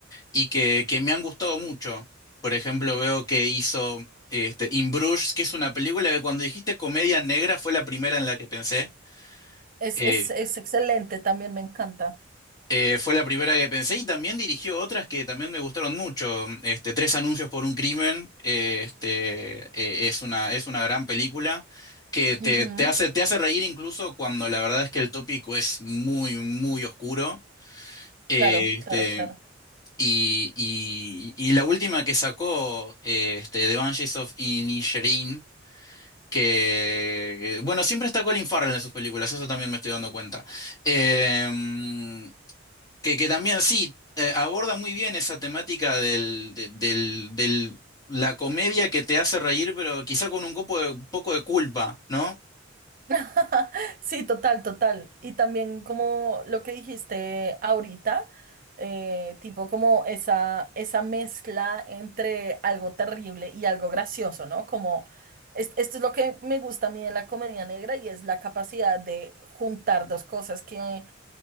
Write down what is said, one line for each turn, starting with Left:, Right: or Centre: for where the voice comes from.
Left: y que, que me han gustado mucho. Por ejemplo, veo que hizo este, In Bruges, que es una película que cuando dijiste comedia negra fue la primera en la que pensé.
Right: Es,
Left: eh,
Right: es, es excelente, también me encanta.
Left: Eh, fue la primera que pensé y también dirigió otras que también me gustaron mucho. Este, Tres anuncios por un crimen, eh, este, eh, es una, es una gran película que te,
Right: Ujú,
Left: te hace, te hace reír incluso cuando la verdad es que el tópico es muy, muy oscuro. Eh,
Right: Claro,
Left: este,
Right: claro, claro.
Left: y, y- y la última que sacó, eh, este, The Banshees of Inisherin, que, bueno, siempre está Colin Farrell en sus películas, eso también me estoy dando cuenta. Em, que, que también sí, eh, aborda muy bien esa temática del, de- del, del- la comedia que te hace reír, pero quizá con un poco de, un poco de culpa, ¿no?
Right: <laughs> Sí, total, total. Y también como lo que dijiste ahorita, eh, tipo como esa, esa mezcla entre algo terrible y algo gracioso, ¿no? Como es- esto es lo que me gusta a mí de la comedia negra y es la capacidad de juntar dos cosas que